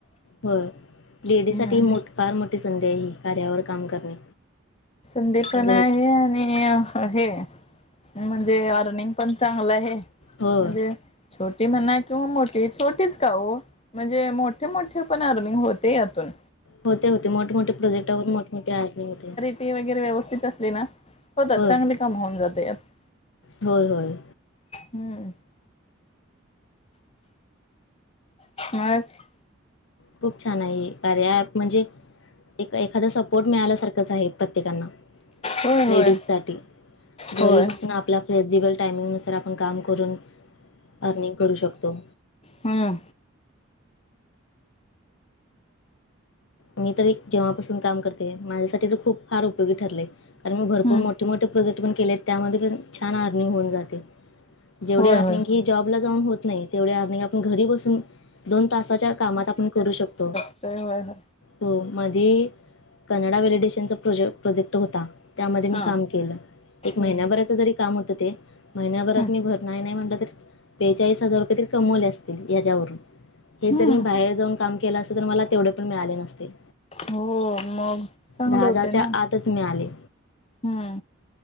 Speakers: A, on the left (about 65°); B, on the left (about 30°).
A: होय लेडीजसाठी
B: हम्म
A: मो फार मोठी संधी आहे ही कार्यावर काम करणे.
B: संधी पण
A: घर
B: आहे आणि हे म्हणजे अर्निंग पण चांगलं आहे
A: होय
B: म्हणजे छोटी म्हणा किंवा मोठी छोटीच का ओ म्हणजे मोठे मोठे पण अर्निंग होते यातून
A: होते होते मोठेमोठे प्रोजेक्टावरून मोठे मोठे आर्निंग होते.
B: ते वगैरे व्यवस्थित असली ना होतात
A: होय
B: चांगले काम होऊन जाते यात
A: होय होय.
B: हूं - <inaudible>
A: खूप छान हाय हे कार्या म्हणजे एक एखादा सपोर्ट मिळाल्यासारखंच आहे. प्रत्येकांना
B: होय
A: लेडीज
B: होय
A: साठी घरी
B: होय
A: बसून आपला फेग्नजीबल टायमिंग नुसार आपण काम करून अर्निंग करू शकतो.
B: हां
A: मी तर जेव्हापासून काम करते माझ्यासाठी तर खूप फार उपयोगी ठरलय. कारण मी भरपूर
B: हम्म
A: मोठे मोठे प्रोजेक्ट पण केलेत त्यामध्ये पण छान अर्निंग होऊन जाते. जेवढी
B: होय
A: अर्निंग
B: होय
A: ही जॉबला जाऊन होत नाही तेवढी अर्निंग आपण घरी बसून दोन तासाच्या कामात आपण करू शकतो.
B: होय होय होय.
A: हो मधी कनडा व्हॅलिडेशनचा प्रोजे प्रोजेक्ट होता. त्यामध्ये मी
B: हा
A: काम केलं
B: हम्म
A: एक महिन्याभराच जरी काम होतं ते महिन्याभरात
B: हम्म
A: मी भर नाय नाय म्हटलं त बेचाळीस हजार रुपये तरी कमवले असतील याज्यावरून हे
B: हम्म
A: तरी मी बाहेर जाऊन काम केलं असते तरी मला तेवढे पण मिळाले नसते.
B: हो मग चांगलं
A: दहा हजारच्या
B: होते ना
A: आतच मिळाले
B: हम्म